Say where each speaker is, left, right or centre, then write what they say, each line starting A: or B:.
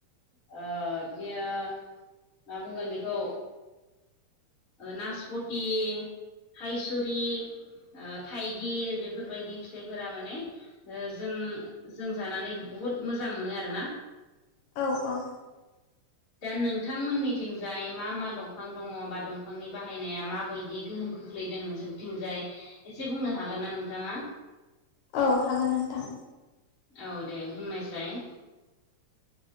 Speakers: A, on the left; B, on the left.
A: बिदिनो मा बुंगोन बेखौ नासपति थाइसुरि ओ थाइगिर बेफोरबायदि फिथाइफोरा माने ओ जों जों जानानै बहुद मोजां मोनो आरो ना
B: औ औ
A: दा नोंथांमोननिथिंजाय मा मा दंफां दङ बा दं फांनि बाहायनाया माबायदि गोहोम खोख्लैदों नोंसोरथिंजाय एसे बुंनो हागोन ना नोंथाङा
B: औ हागोन नोंथां
A: औ दे बुंनायसाय